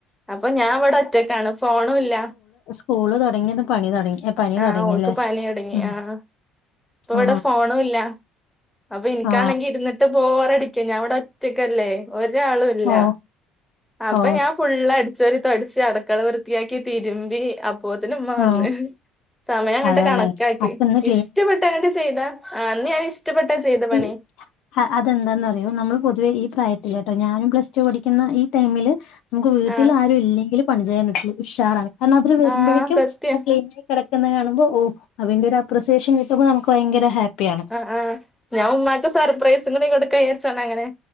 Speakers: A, in the centre; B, on the left.
A: അപ്പൊ ഞാൻ ഇവിടെ ഒറ്റക്കാണ് ഫോണുല്ല
B: സ്‌കുള് തുടങ്ങിയതും പനി തുടങ്ങി പനി
A: ആ
B: തുടങ്ങില്ലേ
A: ഓൾക്ക് പനി തുടങ്ങി
B: ഉം
A: ആ ഇപ്പൊ
B: ആ
A: ഇവിടെ ഫോണുയില്ല ഇല്ല അപ്പൊ എനിക്കാണെങ്കി
B: ആ
A: ഇരുന്നിട്ട് ബോ റടിക്ക ഞാൻ ഇവിടെ ഒറ്റയ്ക്കല്ലേ ഒരാളും ഇല്ല
B: ഓ
A: അപ്പൊ
B: ഓ
A: ഞാൻ ഫുള് അടിച്ച വരി അടക്കള വൃത്തിയാക്കി തിരുമ്പി അപ്പ് അപോത്തിന് ഉമ്മ വന്ന്
B: ഓ
A: സമയം അങ്ങോട്ട്
B: അതെല്ലേ
A: കണക്കാക്കി
B: അപ്പൊ ഇന്ന്
A: ഇഷ്ടപ്പെട്ട അങ്ങട്ട് ചെയ്താ അന്ന് ഞാൻ ഇഷ്ടപ്പെട്ടാ ചെയ്ത പണി
B: ഈ അതെന്താന്ന്റിയോ നമ്മൾ പൊതുവെ ഈ പ്രായത്തില്ട്ടോ ഞാനും പ്ലസ് ടു പഠിക്കുന്ന ഈ ടൈമില് നമുക്ക് വീട്ടിൽ
A: ആ
B: ആരും ഇല്ലെങ്കിൽ പണി ചെയ്യാൻ ഉഷാ എന്നാ പിന്നെ വരുമ്പഴേക്കും
A: ആ സത്യം
B: ക്ലീൻ നായികിട് ക്ന്നെ കാണുമ്പൊ ഒ അതിൻ്റെ ഒരു അപ്രിസിയേഷൻ കിട്ടുമ്പോ നമ്മുക്ക് ഭയങ്കര ഹാ പ്പിയാണ്
A: ആ ആ ഞാൻ ഉമ്മാക്ക് സർപ്രൈും കൂടി കൊടുക്കാജാരിച്ച അങ്ങനെ